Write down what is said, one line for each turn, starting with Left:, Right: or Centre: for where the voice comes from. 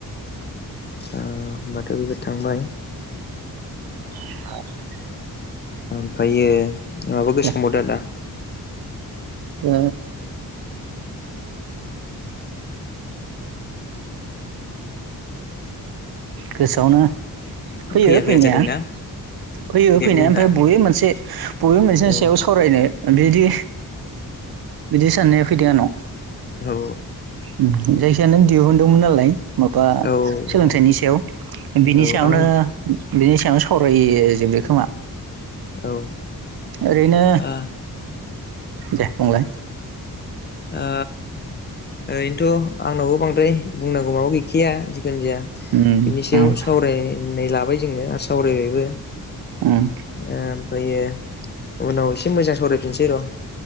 Left: ओ होमबाथ' बेबो थांबाय
Right: <inaudible> <unintelligible>
Left: ओमफ्रायो माबा गोसोखांबावदो
Right: दा
Left: आदा
Right: ओ। गोसोआवनो फैयो
Left: फैया
Right: फैनाया
Left: फैया जादोंना
Right: फैयो
Left: दे
Right: फैनाया
Left: बुं
Right: ओमफाय
Left: दा दे
Right: बबे मोनसे बबे मोनसेनि
Left: औ
Right: सायाव सावरायनो बिदि बिदि साननाया फैदों आंनाव
Left: औ
Right: उम जायखि जाया नों दिहुनदोंमोन नालाय माबा
Left: औ
Right: सोलोंथाइनि
Left: आदा
Right: सायाव बिनि
Left: औ
Right: सायावनो
Left: आं
Right: बिनि सायावनो सावरायो जोब बे खोमा
Left: औ
Right: ओरैनो
Left: ओ
Right: दे बुंलाय
Left: ओ ओरैनोथ' आंनावबो बांद्राय बुंनांगौ माबा गैखाया जि खुनजाया
Right: उम
Left: बिनि
Right: उम
Left: सायाव सावरायनाय लाबाय जोङो आरो सावरायबायबो
Right: उम
Left: ओ ओमफायो उनाव एसे मोजां सरायफिनसै र'।